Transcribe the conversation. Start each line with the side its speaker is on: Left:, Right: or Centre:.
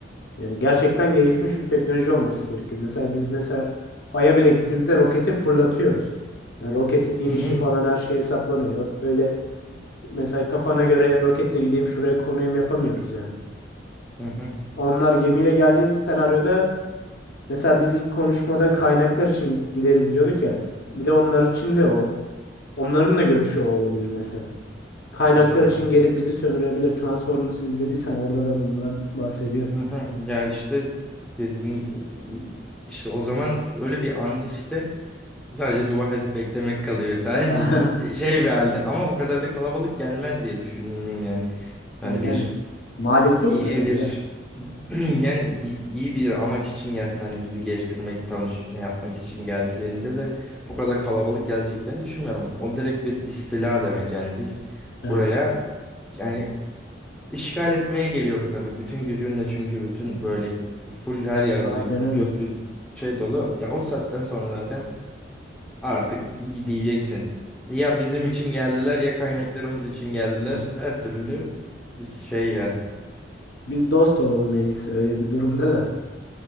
Left: Yani gerçekten gelişmiş bir teknoloji olması gerekir. Mesela biz mesela Ay'a bile gittiğimizde roketi fırlatıyoruz. Yani roketin inişi
Centre: Hı hı.
Left: falan her şey hesaplanıyor. Öyle mesela kafana göre roketle gideyim şuraya konayım yapamıyoruz yani.
Centre: Hı hı.
Left: Onlar gemiyle geldiği senaryoda mesela biz ilk konuşmada kaynaklar için gideriz diyorduk ya. Bir de onlar için de o onların da görüşü o olabilir mesela. Kaynaklar
Centre: Yani.
Left: için gelip bizi sömürebilir. Transformers izlediysen orada da bundan bahsediyor.
Centre: <laughs> Hı hı. Ya işte dediğin gibi işte o zaman öyle bir anda işte sadece dua edip beklemek kalıyor. Sadece
Left: <laughs>
Centre: biz şey şey bir halde ama o kadar da kalabalık gelmez diye düşünüyorum yani. Hani
Left: Yani
Centre: bir
Left: maliyetli
Centre: iyi
Left: olur herhalde.
Centre: bir <clears throat> yani iyi, iyi bir amaç için gelse hani bizi geliştirmek, tanış şey yapmak için geldiğinde de o kadar kalabalık geleceklerini düşünmüyorum. O direkt bir istila demek yani biz
Left: Evet.
Centre: buraya yani İşgal etmeye geliyoruz demek. Bütün gücünle çünkü bütün böyle full her yerde
Left: Aynen
Centre: gökyüzü
Left: öyle.
Centre: şey dolu. Ya o saatten sonra zaten artık diyeceksin. Ya bizim için geldiler ya kaynaklarımız için geldiler.
Left: <laughs>
Centre: Her türlü biz şey yani.
Left: Biz dost olalım en iyisi öyle bir durumda da.